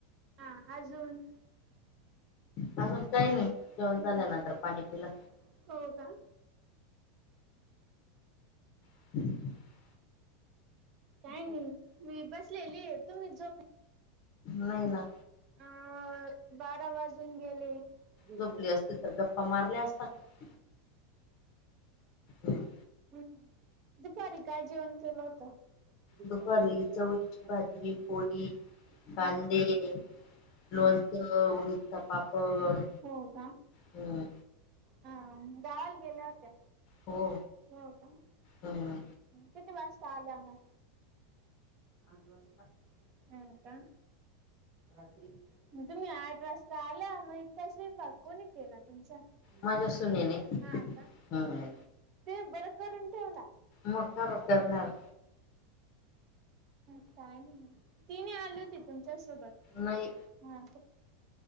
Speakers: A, on the right; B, on the left.
A: हा अजून
B: अजून
A: ज
B: काही नाही जेवण
A: झा
B: झाल्यानंतर पाणी पिलं
A: हो का?
B: क
A: काय नाही मी बसलेली आहे तुम्ही झोप.
B: नाही ना
A: अ बारा वाजून गेले द.
B: झोपली असती तर गप्पा मारल्या असतात हम.
A: हम्म दुपारी काय जेवण केलं होत. भखारी
B: दुपारी
A: कोळीची
B: चवळीची
A: भाजी पोळीां
B: पोळी कांदे लोणचं उडीदचा पापड
A: हो जा.
B: हम्म
A: हा ावाल गेल्या होत्या.
B: हो
A: हो का
B: हम्म
A: किती वाजता आलं म आठ वास्ता का रात्री मग तुम्ही आठ वाजता आल्या मग इथे असेल बघ. कोणी केला तुमचा
B: माझ्या
A: मधुस
B: सुनेने
A: हा का?
B: हम्म
A: ते बरं करून ठेवला.
B: मग का बरं करणार
A: का तिने आली होती तुमच्या सोबत
B: नाही
A: हा.